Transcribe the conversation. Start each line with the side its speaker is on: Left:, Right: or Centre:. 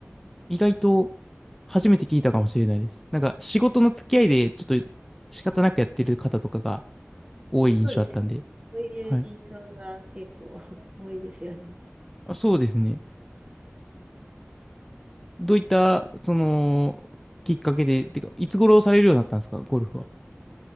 Centre: 意外と初めて聞いたかもしれないです。なんか仕事の付き合いでちょっと仕方なくやってる方とかが多い印象あったんで。
Right: そうですよ。そういう印象が結構
Centre: はい。
Right: <laughs> 多いですよね。
Centre: あ、そうですね。どういった、その、きっかけで、てか、いつ頃されるようになったんですか、ゴルフは。